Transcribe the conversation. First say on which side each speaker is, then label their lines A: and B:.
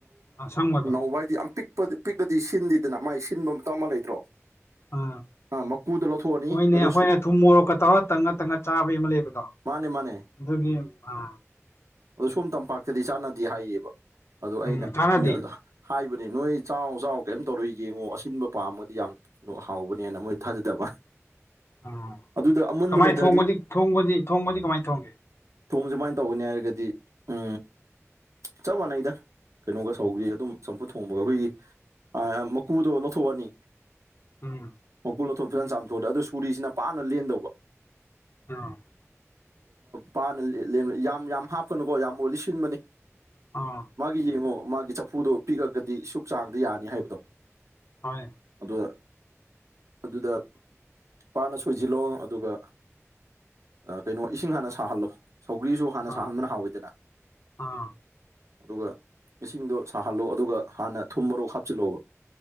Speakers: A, on the left; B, on the right.
A: ꯑꯁꯪꯕꯗꯣ
B: ꯅꯧꯕ ꯍꯥꯏꯗꯤ ꯌꯥꯝ ꯄꯤꯛꯄ ꯄꯤꯛꯂꯗꯤ ꯁꯤꯟꯗꯦꯗꯅ ꯃꯥꯏ ꯁꯤꯟꯕ ꯃꯇꯝ ꯑꯃ ꯂꯩꯇ꯭ꯔꯣ
A: ꯎꯝ
B: ꯑꯥ ꯃꯀꯨꯗ ꯂꯧꯊꯣꯛꯑꯅꯤ
A: ꯍꯣꯏꯅꯦ
B: ꯑꯗꯨ
A: ꯑꯩꯈꯣꯏꯅ
B: ꯁꯨ
A: ꯊꯨꯝ ꯃꯣꯔꯣꯛꯀ ꯇꯧꯔ ꯇꯪꯉ ꯇꯪꯉ ꯆꯥꯕꯩ ꯑꯃ ꯂꯩꯕꯗꯣ
B: ꯃꯥꯅꯦ ꯃꯥꯅꯦ
A: ꯑꯗꯨꯒꯤ ꯑ
B: ꯑꯗꯣ ꯁꯣꯝ ꯇꯝꯄꯥꯛꯇꯗꯤ ꯆꯥꯟꯅꯗꯦ ꯍꯥꯏꯌꯦꯕ ꯑꯗ ꯑꯩꯅ
A: ꯎꯝ ꯆꯥꯟꯅꯗꯦ
B: ꯍꯥꯏꯕꯅꯤ ꯅꯣꯏ ꯆꯥꯎ ꯆꯥꯎ ꯀꯩꯝ ꯇꯧꯔꯏ ꯌꯦꯡꯉꯣ ꯑꯁꯤꯟꯕ ꯄꯥꯝꯃꯗꯤ ꯌꯥꯝ ꯍꯥꯎꯕ ꯅꯦꯅ ꯃꯣꯏ ꯊꯥꯖꯗꯕ
A: ꯎꯝ
B: ꯑꯗꯨꯗ ꯑꯃꯨꯟꯕ
A: ꯀꯃꯥꯏ
B: ꯂꯩꯇ꯭ꯔꯗꯤ
A: ꯊ ꯊꯣꯡꯕꯗꯤ ꯀꯃꯥꯏꯅ ꯊꯣꯡꯒꯦ
B: ꯊꯣꯡꯕ ꯁꯨꯃꯥꯏꯅ ꯇꯧꯒꯅꯤ ꯍꯥꯏꯔꯒꯗꯤ ꯎ ꯆꯞ ꯃꯥꯟꯅꯩꯗ ꯀꯩꯅꯣꯒ ꯁꯧꯈ꯭ꯔꯤ ꯑꯗꯨꯝ ꯆꯝꯐꯨꯠ ꯊꯣꯡꯕꯒ ꯑꯩꯈꯣꯏꯒꯤ ꯃꯀꯨꯗꯣ ꯂꯧꯊꯣꯛꯑꯅꯤ
A: ꯎꯝ
B: ꯃꯀꯨ ꯂꯧꯊꯣꯛꯑ ꯐꯖꯅ ꯆꯥꯝꯊꯣꯛꯑꯅꯤ ꯑꯗꯨꯣ ꯁꯨꯔꯤꯁꯤꯅ ꯄꯥꯅ ꯂꯦꯟꯗꯧꯕ
A: ꯑ
B: ꯄꯥꯅ ꯌꯥꯝ ꯌꯥꯝ ꯍꯥꯞꯀꯅꯨꯀꯣ ꯌꯥꯝ ꯑꯣꯏꯔꯗꯤ ꯁꯤꯟꯕꯅꯤ
A: ꯑꯣ
B: ꯃꯥꯒꯤ ꯌꯦꯡꯉꯣ ꯃꯥꯒꯤ ꯆꯐꯨꯗꯣ ꯄꯤꯛꯑꯒꯗꯤ ꯁꯨꯛ ꯆꯥꯡꯗ ꯌꯥꯅꯤ ꯍꯥꯏꯕꯗꯣ
A: ꯍꯣꯏ
B: ꯑꯗꯨ ꯑꯗꯨꯗ ꯄꯥꯅ ꯁꯣꯏꯖꯤꯜꯂꯣ ꯑꯗꯨꯒ ꯀꯩꯅꯣ ꯏꯁꯤꯡ ꯍꯥꯟꯅ ꯁꯥꯍꯜꯂꯣ ꯁꯧꯒ꯭ꯔꯤꯁꯨ ꯍꯥꯟꯅ
A: ꯑꯥ
B: ꯁꯥꯍꯟꯕꯅ ꯍꯥꯎꯋꯤꯗꯅ
A: ꯑꯥ
B: ꯑꯗꯨꯒ ꯏꯁꯤꯡꯗꯣ ꯁꯥꯍꯜꯂꯣ ꯑꯗꯨꯒ ꯍꯥꯟꯅ ꯊꯨꯝ ꯃꯔꯣꯛ ꯍꯥꯞꯆꯤꯜꯂꯛꯑꯣꯕ